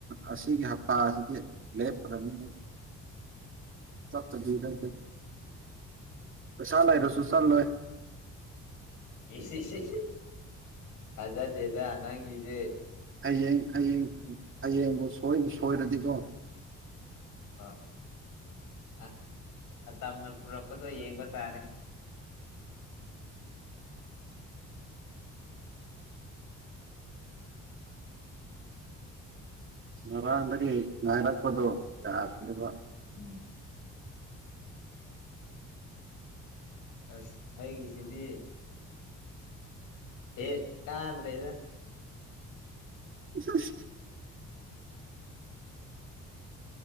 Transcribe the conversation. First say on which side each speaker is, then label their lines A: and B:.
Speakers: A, on the right; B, on the left.
A: ꯑꯁꯤꯒꯤ ꯍꯞꯇꯥ ꯑꯁꯤꯗꯤ ꯂꯦꯞꯈ꯭ꯔꯅꯤ ꯇ ꯗꯔ ꯀ ꯆꯂꯥꯏꯔꯁꯨ ꯆꯜꯂꯣꯏ
B: ꯁꯤꯁꯤ ꯑꯖ ꯗꯦꯗꯥ ꯑꯅꯥꯒꯤꯁꯦ
A: ꯍꯌꯦꯡ ꯍꯌꯦꯡ ꯍꯌꯦꯡꯕꯨ ꯁꯣꯏꯕꯨ ꯁꯣꯏꯔꯗꯤꯀꯣ
B: ꯑ ꯑ ꯇꯅ ꯄꯔ ꯌꯦꯕ ꯇꯔꯦ
A: ꯉꯔꯥꯡꯗꯒꯤ ꯉꯥꯏꯔꯛꯄꯗꯨꯣ ꯌꯥꯕ
B: ꯎꯝ ꯑꯁ ꯑꯩꯒꯤ ꯁꯤꯗꯤ ꯍꯦ ꯀꯥꯗꯔꯦꯗ
A: ꯁꯁ